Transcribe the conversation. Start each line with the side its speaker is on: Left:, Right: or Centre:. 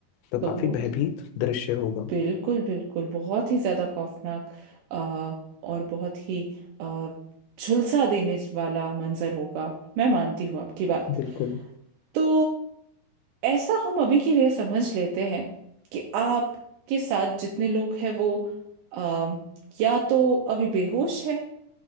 Left: तो
Right: तो
Left: काफी
Right: वो
Left: भयभीत
Right: तो
Left: दृश्य होगा
Right: बिल्कुल बिल्कुल बहुत ही ज्यादा खौफनाक अ, और बहुत ही अ, झुलसा देने वाला मंजर होगा मैं मानती हूँ आपकी बात
Left: बिल्कुल
Right: तो ऐसा हम अभी के लिए समझ लेते हैं कि आप के साथ जितने लोग हैं वो अम, या तो अभी बेहोश है